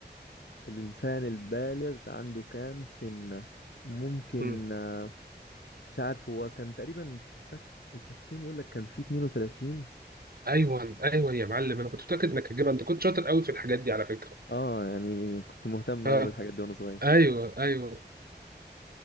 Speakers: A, on the left; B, on the right.
A: الانسان البالغ عنده كام سنة ممكن
B: مم.
A: آه، مش عارف هو كان تقريبا في الفك الفكين يقول لك كان في 32
B: ايوه ايوه يا معلم انا كنت متاكد انك هتجيبها انت كنت شاطر قوي في الحاجات دي على فكره
A: اه يعني كنت مهتم
B: اه
A: قوي بالحاجات دي وانا صغير
B: ايوه ايوه